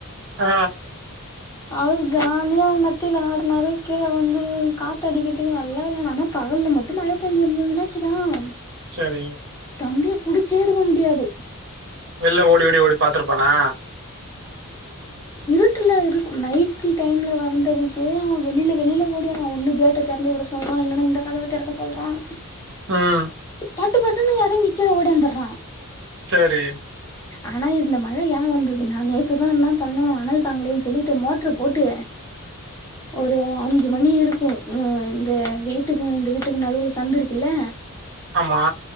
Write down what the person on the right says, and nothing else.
ஆ
சரி
வெள்ள ஓடி ஓடி ஓடி பாத்துருப்பானா
ம்
செரி
<unintelligible>
ஆமா.